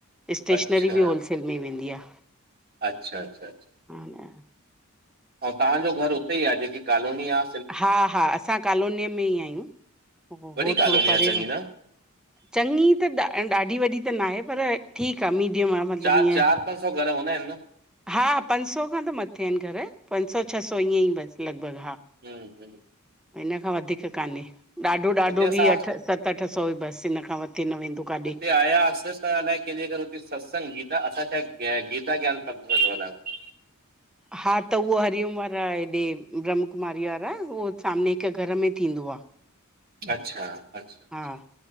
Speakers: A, in the centre; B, on the right.
A: स्टेशनरी
B: अच्छा
A: बि होलसेल। सेल मे वेंदी आ।
B: अच्छा अच्छा।
A: हा यार।
B: अऊ तव्हांजो घर उते ई आह जेकी कॉलोनी आ?
A: हा हा असां कालोनीअ में ई आहियूं
B: वॾी
A: हो
B: कॉलोनी
A: थोरो
B: आहे
A: परे
B: चङी
A: र।
B: न
A: चंगी त ॾाढी वॾी त न आहे पर ठीक आ मीडियम आह मतलब
B: चार
A: ईअं।
B: चार पंज सौ घर हूंदा आहिनि न
A: हा पंन्च सौ खां त मथे आहिन घर पंच सौ छह सौ ईअं ई बस लॻभॻ हा।
B: हं हं।
A: इन खां वधीक कान्हे ॾाढो ॾाढो
B: उते असां
A: बि अठ सत अठ सौ बस हिनन खा मथे न वेंदो। काॾे
B: हुते आयासीं त अलाए। कहंजे घर हुते सत्संग गीता असां छा गीता ज्ञान पंथ सा जुरियल आयू।
A: हा त उहो हरिओम वारा हेॾे ब्रह्माकुमारी वारा उहो सामने हिक घर में थींदो आ।
B: अच्छा अच्छा। अच्छा
A: हा।